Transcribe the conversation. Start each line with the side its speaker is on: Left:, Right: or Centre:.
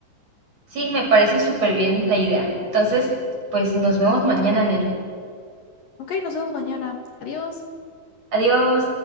Right: Sí, me parece súper bien la idea. Entonces, pues nos vemos mañana en el.
Left: Ok, nos vemos mañana. Adiós.
Right: Adiós.